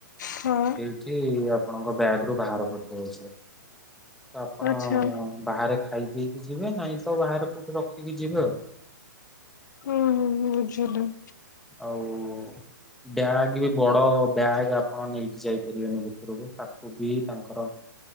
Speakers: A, on the left; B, in the centre.
A: ହଁ
B: ଠୀ ଆପଣଙ୍କ ବ୍ୟାଗ ରୁ ବାହାର କରିଦେବେ ସେ ତ ଆପଣ।
A: ଆଚ୍ଛା
B: ବାହାରେ ଖାଇ ପିଇକି ଯିବେ ନାଇଁ ତ ବାହାରେ କୋଉଠି ରଖିକି ଯିବେ ଆଉ।
A: ହୁଁ ବୁଝିଲ।
B: ଆଉ ବ୍ୟାଗ ବି ବଡ ବ୍ୟାଗ ଆପଣ ନେଇକି ଯାଇପାରିବେନି ଭିତରକୁ ତାକୁ ବି ତାଙ୍କର